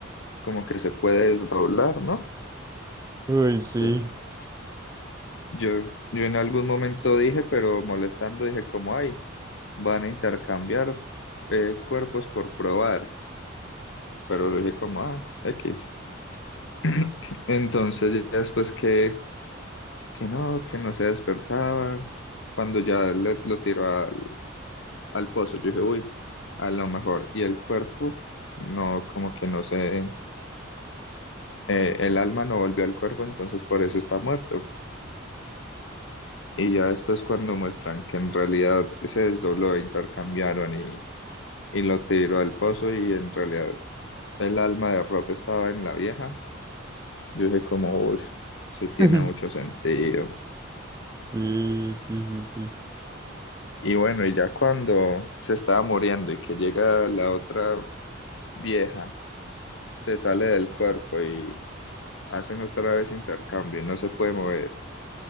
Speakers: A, on the left; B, on the right.
A: como que se puede desdoblar, ¿no?
B: Uy, sí.
A: Eh, Yo, yo en algún momento dije, pero molestando, dije como, ay, van a intercambiar eh, cuerpos por probar, pero lo dije como, ah, X. <clears throat> Entonces ya después que, que no, que no se despertaba, cuando ya le- lo tiró al al pozo. Yo dije, uy, a lo mejor. Y el cuerpo, no, como que no sé, eh, el alma no volvió al cuerpo, entonces por eso está muerto. Y ya después cuando muestran que en realidad se desdobló, e intercambiaron y, y lo tiró al pozo y en realidad el alma de Rob estaba en la vieja, yo dije como, uy, sí tiene
B: <laughs>
A: mucho sentido.
B: Sí, sí, sí, sí.
A: Y bueno, y ya cuando se estaba muriendo y que llega la otra vieja, se sale del cuerpo y hacen otra vez intercambio y no se puede mover.